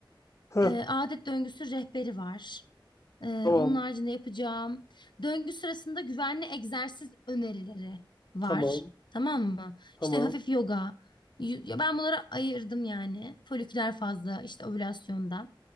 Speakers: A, on the left; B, on the left.
A: ha,
B: e, adet döngüsü rehberi var. Ee,
A: tamam,
B: onun haricinde yapacağım. Döngü sırasında güvenli egzersiz önerileri var.
A: tamam,
B: Tamam mı?
A: tamam,
B: İşte hafif yoga. Y- Ya ben bunları ayırdım yani. Foliküler fazla işte ovülasyonda.